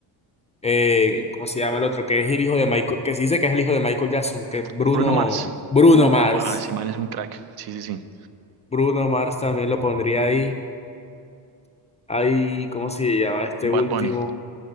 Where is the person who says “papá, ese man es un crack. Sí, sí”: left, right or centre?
Right